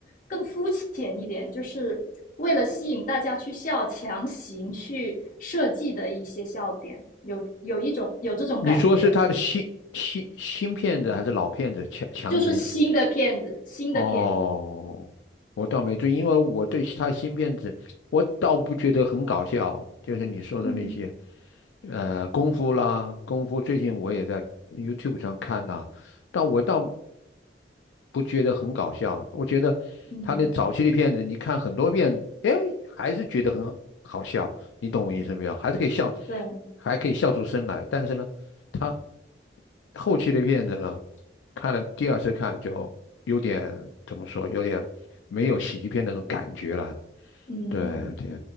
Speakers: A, on the left (about 45°); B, on the left (about 80°).
A: 更肤浅一点，就是为了吸引大家去笑，强行去设计的一些笑点，有有一种有这种感觉，
B: 你说是他的新新新骗子还是老骗子强强行？
A: 就是新的片子，新的片子，
B: 哦，我倒没注意，因为我对他新片子，我倒不觉得很搞笑，就是你说的那些，
A: <laughs> 嗯
B: 呃，功夫啦，功夫最近我也在 YouTube 上看啦，但我倒不觉得很搞笑，我觉得他那早期的片子，
A: 嗯，
B: 你看很多遍，哎，还是觉得很好笑，你懂我意思没有？还是可以笑，
A: 对，
B: 还可以笑出声来。但是呢，他后期的片子呢，看了第二次看就有点怎么说，有点没有喜剧片那种感觉了。
A: 嗯
B: 对对，